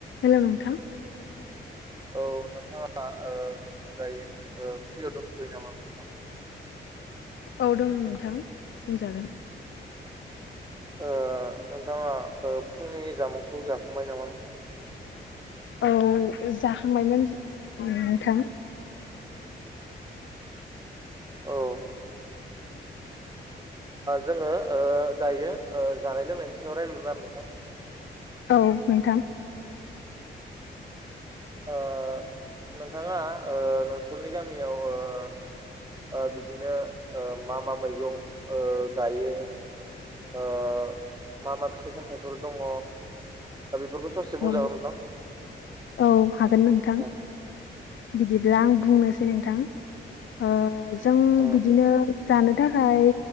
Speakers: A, on the left (about 65°); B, on the right (about 20°).
A: हेल' नोंथां
B: औ नोंथाङा ओ दायो ओ फ्रियाव दोनथ'यो नामा नोंथां
A: औ दङ नोंथां बुंजागोन
B: ओ नोंथाङा ओ फुंनि जामुंखौ जाखांबाय नामा नोंथां
A: औ जाखांबायमोन नोंथां
B: औ जोङो ओ दायो ओ जानाय लोंनायनि सायाव रायजलायगोन आरो नोंथां
A: औ नोंथां
B: ओ नोंथाङा ओ नोंसोरनि ओ गामियाव ओ बिदिनो ओ मा मा मैगं ओ जायो ओ मा मा फिथाइ सामथाइफोर दङ बेफोरखौ ससे
A: औ
B: बुंजागोन नोंथां।
A: औ हागोन नोंथां
B: औ
A: बिदिब्ला आं बुंनोसै नोंथां ओ जों
B: औ
A: बिदिनो जानो थाखाय